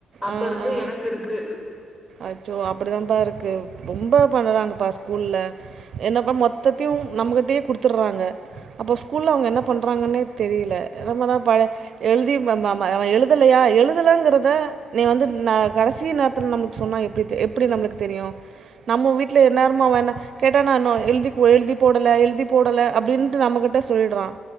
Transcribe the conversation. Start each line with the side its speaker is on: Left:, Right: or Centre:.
Left: அப்ப
Right: ஆ,
Left: இருந்து
Right: ஆ.
Left: எனக்கு இருக்கு
Right: அச்சோ அப்படித்தான்ப்பா இருக்கு ரொம்ப பண்ணறாங்கப்பா ஸ்கூல்ல என்னப்பா மொத்தத்தையும் நம்மகிட்டயே குடுத்துடுறாங்க அப்போ ஸ்கூல்ல அவங்க என்ன பண்றாங்கன்னே தெரியல என்னா எழுதி எழுதலையா எழுதலைங்கிறத நீ வந்து ந கடைசி நேரத்தில் நமக்கு சொன்னா எடி எப்படி நம தெரியும் நம்ம வீட்டில்மேட்ட எழுதி போடலை எழுதி போடலை அப்பட நம்மகிட்ட சொல்லிடுறான்